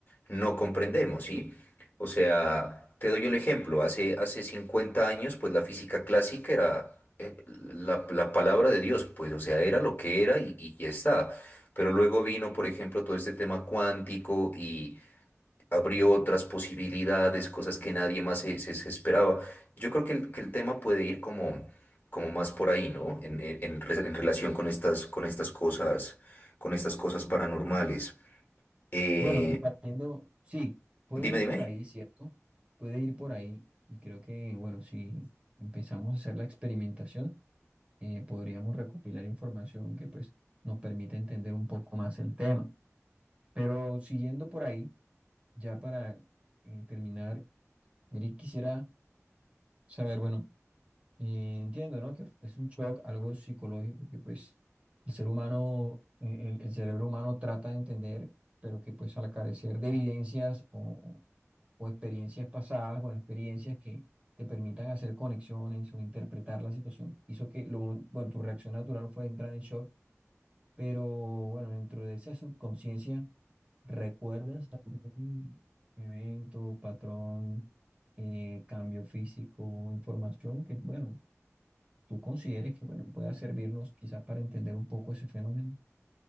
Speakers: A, on the left; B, on the right.
A: no comprendemos, ¿sí? O sea, te doy el ejemplo, hace, hace 50 años, pues la física clásica era eh, la, la palabra de Dios, pues, o sea, era lo que era y, y ya está. Pero luego vino, por ejemplo, todo este tema cuántico y abrió otras posibilidades, cosas que nadie más se, se- se esperaba. Yo creo que el, que el tema puede ir como, como más por ahí, ¿no? En, en- en re- en relación con estas, con estas cosas, con estas cosas paranormales. Eh,
B: Bueno, y partiendo, sí, puede
A: dime,
B: ir
A: dime.
B: por ahí, ¿cierto? Puede ir por ahí. Y creo que, bueno, si empezamos a hacer la experimentación, eh, podríamos recopilar información que pues nos permita entender un poco más el tema. Pero siguiendo por ahí, Ya para eh, terminar, Eric, quisiera saber, bueno, eh, entiendo, ¿no? Que es un shock, algo psicológico, que pues el ser humano, eh, el, el cerebro humano trata de entender, pero que pues al carecer de evidencias o, o experiencias pasadas, bueno, experiencias que te permitan hacer conexiones o interpretar la situación, hizo que, lo, un- bueno, tu reacción natural fue entrar en shock pero bueno, dentro de esa subconsciencia, ¿recuerdas algún evento, patrón, eh, cambio físico, información que, bueno, tú consideres que, bueno, pueda servirnos quizás para entender un poco ese fenómeno?